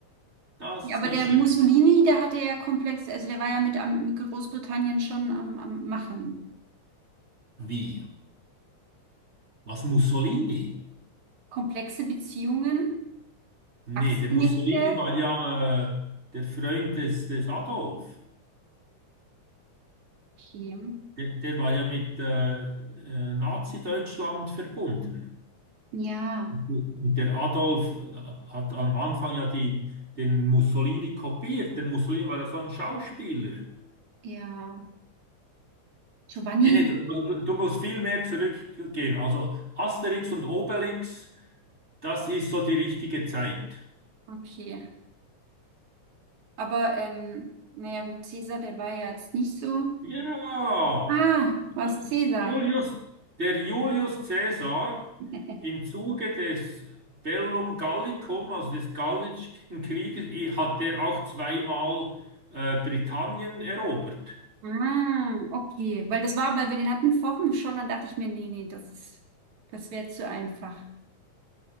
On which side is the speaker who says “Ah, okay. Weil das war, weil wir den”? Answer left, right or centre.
Right